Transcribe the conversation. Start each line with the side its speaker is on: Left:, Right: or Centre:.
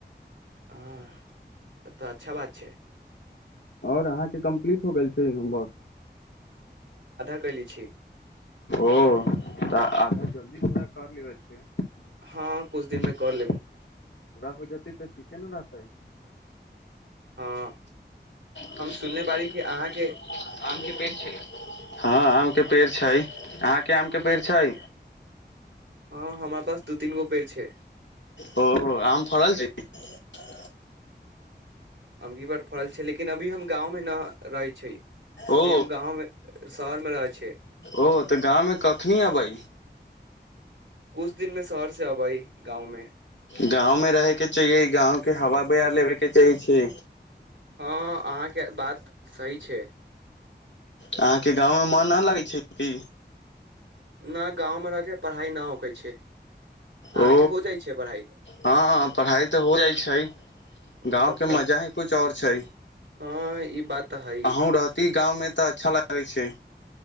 Right: हँ तऽ अच्छा बात छै
Left: आओर अहाँके कम्प्लीट हो गेल छै बस
Right: कली छी
Left: ओ तऽ आधा जल्दी पूरा कर लि छै
Right: हँ कुछ दिन मे
Left: पूरा
Right: कर लेब
Left: हो जेतै तऽ ठीक केना रहतै
Right: हँ
Left: हम सुनी,
Right: सुनले
Left: अहाँमे
Right: बारी कि अहाँके
Left: आमके पेड़ छै? हँ, आमके पेड़ छै। अहाँके आमके पेड़ छै,
Right: हँ हमरा पास दू तीन गो पेड़ छै
Left: ओ आम फड़ल छै। ा <inaudible>
Right: अमगी बर फड़ल छै लेकिन अभी हम गाँव मे न रहै छै
Left: ओ
Right: अभी हम गाँव मे शहर मे रहै छै
Left: ओ तऽ गाँव मे कखनी अबै
Right: कुछ दिनमें शहर से अबई गाँवमें
Left: गाँवमे रहैके के चाए गाँव के हवा पर बैर लेबैके चाहै छी
Right: हँ अहाँके बात सही छै
Left: अहाँके गाँव मे मन नहि लगैत छै की
Right: न गाँवमे रहिके पढ़ाइ नहि होकै छै अहाँके
Left: ओ
Right: हो जाइ छै पढ़ाई
Left: हँ पढ़ाई तऽ हो जाइ छै
Right: हँ
Left: गाँवके
Right: तब तऽ
Left: मजा ही कुछ और छै
Right: हँ ई बात तऽ हइ
Left: अहूँ
Right: हँ
Left: रहती गाँवमे तऽ अच्छा लगै छै